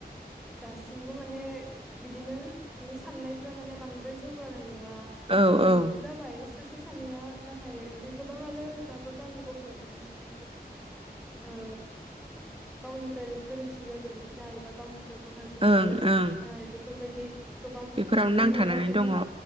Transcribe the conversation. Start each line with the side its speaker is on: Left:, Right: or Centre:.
Centre: दासिमबो माने बि-बिदिनो माने साननायफ्रा माने बांद्राय जौगानाय न ङा
Right: औ
Centre: ओ
Right: औ
Centre: जाबाय सासे सानैया नाथाय माने गोबाङानो दा बो गामि गफायाव थानाय सु <inaudible> ओ गावनि। फ्राय गोरोंसिन जाजानो गिनाय बा गावनिफ्राय माहाजोनसिन
Right: ओं
Centre: जाजानो
Right: ओं
Centre: गिनाय बेफोरबायदि। दि गोबां
Right: बेफोरावनो
Centre: नुनो
Right: नांथानानै
Centre: मोनो
Right: दङ औ